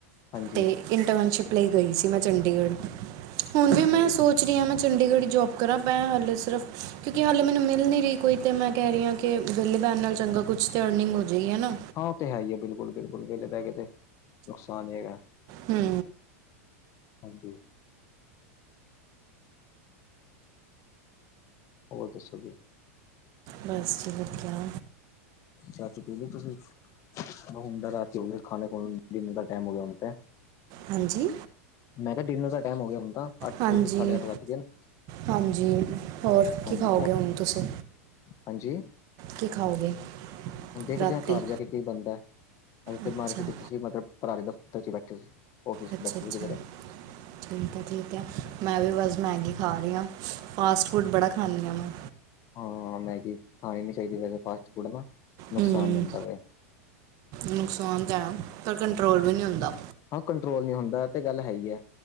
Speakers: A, on the left (about 40°); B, on the right (about 50°).
A: ਹਾਂਜੀ
B: ਤੇ ਇੰਟਰਨਸ਼ਿਪ ਲਈ ਗਈ ਸੀ ਮੈਂ ਚੰਡੀਗੜ੍ਹ, ਹੁਨ ਵੀ
A: ਅੱਛਾ
B: ਮੈਂ
A: ਜੀ
B: ਸੋਚ ਪੁੱਛ ਰਹੀ ਹਾਂ ਮੈਂ ਚੰਡੀਗੜ੍ਹ ਜੋਬ ਕਰਾਂ, ਮੈ ਹਾਲੇ ਸਿਰਫ਼ ਕਿਉਂਕਿ ਹਾਲੇ ਮੈਨੂੰ ਮਿਲ ਨਹੀਂ ਰਹੀ ਕੋਈ ਤੇ ਮੈਂ ਕਹਿ ਰਹੀ ਹਾਂ ਕਿ, ਵਿਹਲੇ ਬਹਿਨ ਨਾਲ ਚੰਗਾ, ਕੁਛ ਤਾਂ ਅਰਨਿੰਗ ਹੋ ਜਾਵੇਗੀ ਹੈ ਨਾ
A: ਹਾਂ, ੳਹ ਤੇ ਹੈ ਹੀ ਐ, ਬਿਲਕੁਲ-ਬਿਲਕੁਲ ਵਿਹਲੇ ਬਹਿ ਕੇ ਤੇ ਨੁਕਸਾਨ ਹੀ ਹੈਗਾ।
B: ਹੁੰ।
A: ਹਾਂਜੀ। ਹੋਰ ਦੱਸੋ ਜੀ।
B: ਬਸ ਜੀ ਵਦੀਆਂ।
A: ਚਾ ਚੂ ਪੀ ਲੀ ਤੁਸੀਂ? ਹੁਣ ਤੇ ਰਾਤ ਹੋ ਖਾਣੇ ਖ ਡਿਨਰ ਦਾ ਟਾਈਮ ਹੋ ਗਿਆ ਹੁਣ ਤੇ
B: ਹਾਂਜੀ।
A: ਮੈਂ ਕਿਹਾ, ਡਿਨਰ ਦਾ ਟਾਈਮ ਹੋ ਗਿਆ ਹੁਣ ਤਾਂ। ਅੱਠ
B: ਹਾਂਜੀ,
A: ਸਾਢੇ ਅੱਠ ਵੱਜ ਗਏ ਨੇ
B: ਹਾਂਜੀ, ਹੋਰ ਕੀ
A: ਹਾਂਜੀ
B: ਖਾਓਗੇ
A: ਕੋ
B: ਹਣੂੰ ਤੁਸੀਂ?
A: ਹਾਂਜੀ।
B: ਕੀ ਖਾਓਗੇ?
A: ਹੁੰਨ ਦੇਖਦੇ
B: ਰਾਤੀ
A: ਹਾਂ ਕਾਰ ਜਾ ਕੇ। ਬੰਦਾ, ਅਸੀਂ ਤੇ
B: ਅੱਛਾ
A: ਮਾਰਕੀਟ ਚ ਸੀ ਮਤਲਬ ਪਰਾ ਦੇ ਦਫ਼ਤਰ ਚ ਬੈਠੇ ਸੀ। ਆਫਿਸ
B: ਅੱਛਾ-ਅੱਛਾ।
A: ਚ ਬੈਠੇ ਸੀ ਕਿਧਰੇ
B: ਠੀਕ ਐ, ਠੀਕ ਐ, ਮੈਂ ਵੀ ਬਸ ਮੈਗੀ ਖਾ ਰਹੀ ਆ, ਫਾਸਟ ਫੂਡ ਬੜਾ ਖਾਂਨੀਂ ਹਾਂ ਮੈਂ।
A: ਹਾਂ, ਮੈਗੀ ਖਾਣੀ ਨਹੀ ਚਾਹੀਦੀ, ਵੈਸੇ ਫਾਸਟ ਫੂਡ ਦਾ ਨੁਕਸਾਨ
B: ਹੂੰ
A: ਦਿੰਦਾ ਐ।
B: ਨੁਕਸਾਨ ਤਾਂ ਹੈ, ਪਰ ਕੰਟਰੋਲ ਵੀ ਨਹੀਂ ਹੁੰਦਾ।
A: ਹਾਂ ਕੰਟਰੋਲ ਨੀ ਹੁੰਦਾ, ਐ ਤੇ ਗੱਲ ਹੈ ਹੀ ਐ।